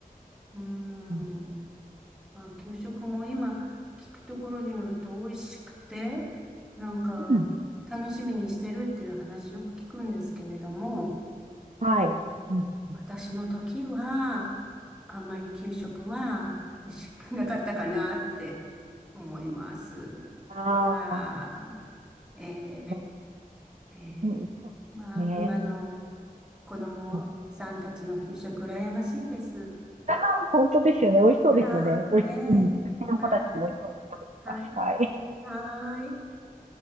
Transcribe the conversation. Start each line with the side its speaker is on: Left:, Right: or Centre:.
Centre: うん。
Right: うん。
Centre: まあ、給食も今聞くところによると美味しくて、なんか楽しみにしてるっていう話よく聞くんですけれども、
Right: うん。はい。うん。うん
Centre: 私の時はあんまり給食は美味しくなかったかなって思います。
Right: ああ、
Centre: はい、え
Right: そ
Centre: ーえ
Right: う。うん、そう。
Centre: ーまあ、
Right: ね
Centre: 今の子供さんたちの給食羨ましいです。
Right: うん。うん。ああ、本当ですよね。美味しそうですよね。
Centre: はい、
Right: 美味し、
Centre: えーはい、
Right: うん。うちの子たちも美味しそうなの食べてます。
Centre: はい、
Right: はい。
Centre: はい。